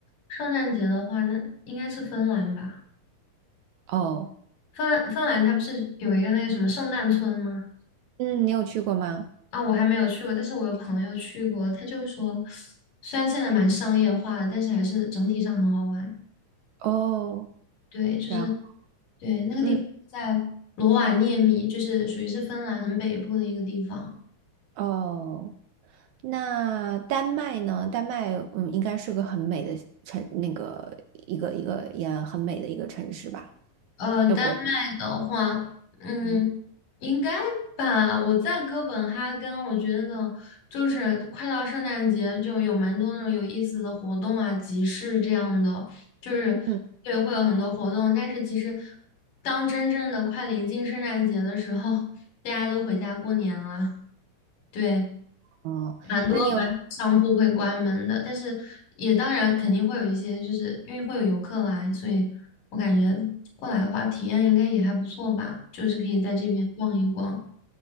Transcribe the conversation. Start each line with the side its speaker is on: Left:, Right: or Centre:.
Left: 圣诞节的话，那应该是芬兰吧？
Right: 哦，
Left: 芬兰芬兰它不是有一个那个什么圣诞村吗？
Right: 嗯，你有去过吗？
Left: 啊、我还没有去过，但是我有朋友去过，他就说，虽然现在蛮商业化的，但是还是整体上很好玩。
Right: 哦，
Left: 对，就是
Right: 然后
Left: 对那个地方在罗瓦涅米，
Right: 嗯
Left: 就是属于是芬兰很北部的一个地方。
Right: 哦，那丹麦呢？丹麦嗯，应该是个很美的城，那个一个一个也很美的一个城市吧？
Left: 呃，丹麦的话，
Right: 那国
Left: 嗯，
Right: 嗯
Left: 应该吧。我在哥本哈根，我觉得就是快到圣诞节，就有蛮多那种有意思的活动啊、集市这样的，就是对，
Right: 嗯
Left: 会有很多活动。但是其实，当真正的快临近圣诞节的时候，<laughs> 大家都回家过年了。对，
Right: 哦，
Left: 蛮多蛮多商铺会关门的，
Right: 那你有
Left: 但是也当然肯定会有一些，就是因为会有游客来，所以我感觉过来的话，体验应该也还不错吧，就是可以在这边逛一逛。